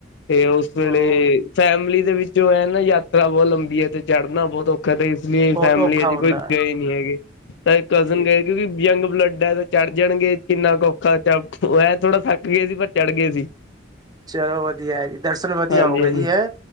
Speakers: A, on the left; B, on the right.
A: ਤੇ ਉਸ ਵੇਲੇ
B: ਉਹ
A: ਫੈਮਿਲੀ ਦੇ ਵਿੱਚੋਂ ਹੈ ਨਾ ਯਾਤਰਾ ਬਹੁਤ ਲੰਬੀ ਹੈ ਤੇ ਚੜ੍ਹਨਾ ਬਹੁਤ ਔਖਾ ਤਾਂ ਇਸ ਲਈ
B: ਬਹੁਤ
A: ਫੈਮਿਲੀ
B: ਔਖਾ
A: ਹੈ ਜੇ
B: ਹੁੰਦਾ
A: ਕੋਈ ਗਏ ਨੀ ਹੈਗੇ ਤਾਂ ਕਜ਼ਨ
B: ਠੀਕ
A: ਗਏ ਕਿਉਂਕਿ ਯੰਗ ਬਲੱਡ ਹੈ ਤੇ ਚੜ੍ਹ ਜਾਣਗੇ ਕਿੰਨਾ ਔਖਾ ਥੋੜਾ ਥੱਕ ਗਏ ਸੀ ਪਰ ਚੜ੍ਹ ਗਏ ਸੀ
B: ਚਲੋ ਵਧੀਆ ਹੈ ਜੀ ਦਰਸ਼ਨ ਵਧੀਆ
A: ਹਾਂਜੀ
B: ਹੋ ਗਏ
A: ਹਾਂਜੀ
B: ਜੀ ਹੈਂ